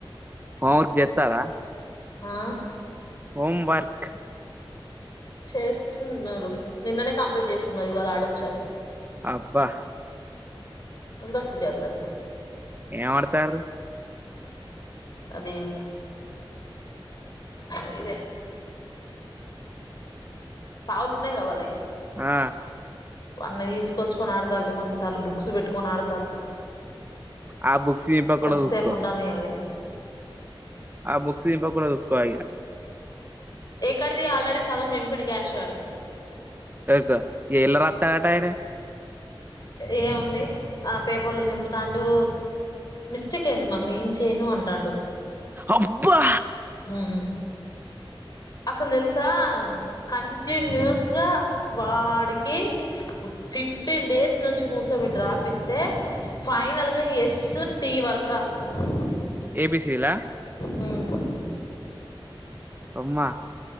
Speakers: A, on the right; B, on the left.
A: హోమ్ వర్క్ చెత్తాలా
B: ఆ
A: హోమ్ వర్క్
B: చేస్తు ఉన్నారు నిన్ననే కంప్లీట్ చేసుకున్నారు ఇవాళ ఆడొచ్చని
A: అబ్బా
B: ఉండొచ్చు జగ్రత్త
A: ఏం అదుతర్రూ
B: అదేం దైదే పావులు ఉన్నాయి గా వాళ్ళాయి
A: ఆ
B: వాన్ని తీసుకొచ్చుకొని ఆడుతాళ్ళు కొన్నిసార్లు బుక్స్ పెట్టుకొని ఆడతాళ్లు
A: ఆ బుక్స్ చింపకుండా
B: కొద్దిసేపు
A: చూసుకో
B: ఉండాలి ఏమైతది
A: ఆ బుక్స్ చింపకూడా చూసుకో ఇగ
B: ఎక్కడిది ఆల్రెడీ సగం చింపిండు క్యాష్ గాడు
A: వొకో ఎల్ల రత్తాడట ఆయనే
B: ఏముంది ఆ పేపర్లు చింపుతాండు మిస్టేక్ అయ్యింది మమ్మీ ఏం చేయను అంటాండు
A: అబ్బా
B: హు హు అసలు తెలుసా కంటిన్యూస్ గా వాడికి ఉఫ్ ఫిఫ్టీన్ డేస్ నుంచి కూసోబెట్టి రాపిస్తే ఫైనల్గా ఎస్ టీ వరకు రాస్తున్నారు
A: ఏ బి సి డి లా
B: మ్మ్
A: అమ్మా